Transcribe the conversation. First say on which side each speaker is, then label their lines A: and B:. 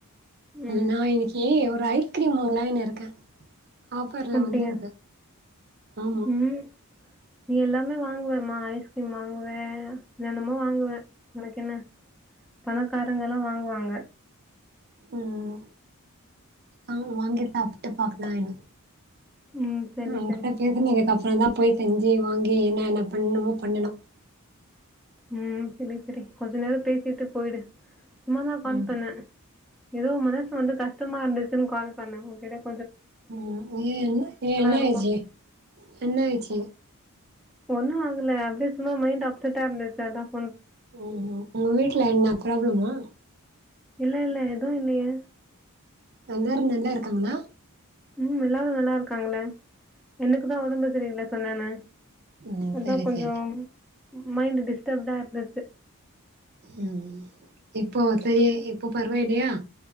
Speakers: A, in the centre; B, on the right.
A: ம்
B: நா இன்னைக்கு ஒரு ஐஸ்கிரீம் வாங்கன இருக்கேன் ஆஃபர்ல
A: அப்டியா
B: வந்துருக்கு ஆமா
A: ம் நீ எல்லாமே வாங்குவமா ஐஸ்கிரீம் வாங்குவே வேனுமோ வாங்குவே உனக்கு என்ன பணக்காரங்கலாம் வாங்குவாங்க
B: உம் ஆஹ் வாங்கி சாப்ட்டு பாக்கலாம் இரு
A: ம் சரி
B: உம் உகிட்ட
A: சரி
B: <unintelligible> அப்பறம் தான் போய் செஞ்சு வாங்கி என்ன என்ன பண்ணுமோ பண்ணணும்
A: உம் சரி சரி கொஞ்சம் நேரம் பேசிட்டு போயிடு சும்மாதான் கால்
B: ம்
A: பண்ணே ஏதோ மனசு வந்து கஷ்டமா இருந்துச்சு கால் பண்ண உ கிட்டஜ
B: உஹம் ஏ என்ன ஏ என்னச்சு
A: இருக்கும்
B: என்னச்சு
A: ஒண்ணும் ஆகல அப்டியே சும்மா மைண்ட் அப்செட்டா இருந்துச்சு அதான்
B: ம் உங்க வீட்டுல என்ன ப்ராப்ளமா
A: இல்ல இல்ல எதும் இல்லையே
B: எல்லாரும் நல்லா இருக்காங்களா
A: உம் எல்லாரும் நல்லா இருக்காங்களே எனக்கு தான் வொடம்பு சரியில்ல சொன்னேன்னே
B: ம்
A: அதான்
B: சரி
A: கொஞ்சம்
B: சரி
A: மைண்டு டிஸ்டரப்டா இருந்துச்சு
B: உம் இப்போ சரி இப்போ பரவாயலையா